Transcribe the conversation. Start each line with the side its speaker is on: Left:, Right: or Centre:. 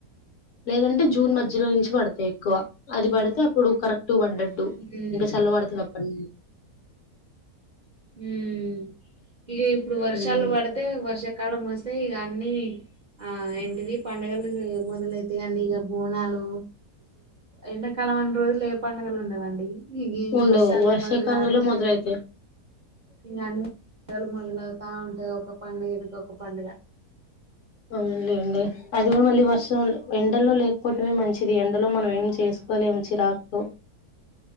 Left: లేదంటే జూన్ మధ్యలో నుంచి పడతాయి ఎక్కువ. అది పడితే అప్పుడు కరెక్ట్ టూ పడ్డట్టు
Right: ఉమ్.
Left: ఇంక చల్ల పడతాది అపుడు నుం
Right: మ్మ్ ఇగ ఇప్పుడు వర్షాలు
Left: హ్మ్
Right: పడితే వర్ష కళ్లు మూస్తే ఇగ అన్ని ఆ ఏంటిది పండుగలు మొదలైతాయి అన్ని ఇక బోనాలు ఎండాకాలం అన్ని రోజులేం పండుగలు ఉండవండి ఇ
Left: ఉండవు
Right: వర్షాలు
Left: వర్షాకాలంలో
Right: మొదలుగాగానే
Left: మొదలైతాయి
Right: ఇ అన్నీ మొదలవుతా ఉంటాది ఒక పండుగ వెనుక ఒక పండుగ
Left: ఉందండీ అది మళ్ళీ వర్ష సో ఎండల్లో లేకపోవడమే మంచి ఇది ఎండలో మనమేం చేస్ ఉదయం నుంచి రాక్ తో